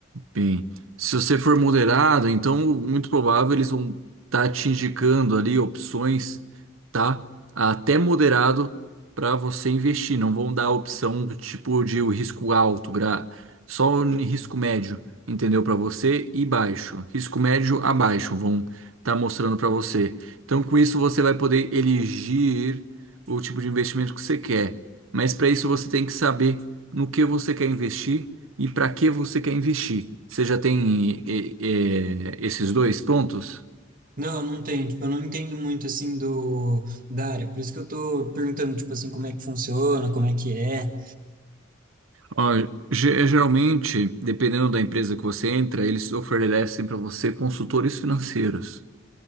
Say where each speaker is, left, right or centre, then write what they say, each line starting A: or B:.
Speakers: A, on the right; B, on the right.
A: Bem, se você for moderado, então muito provável eles vão estar te indicando ali opções, tá? Até moderado para você investir. Não vão dar a opção do tipo de o risco alto, gra... só o risco médio, entendeu? Para você e baixo. Risco médio abaixo vão estar mostrando para você. Então, com isso você vai poder elegir o tipo de investimento que você quer. Mas para isso você tem que saber no que você quer investir e para que você quer investir? Você já tem eh, eh, esses dois prontos?
B: Não, não tenho. Tipo, eu não entendo muito, assim, do, da área. Por isso que eu tô perguntando, tipo assim, como é que funciona, como é que é.
A: Ó, ge- geralmente, dependendo da empresa que você entra, eles oferecem para você consultores financeiros.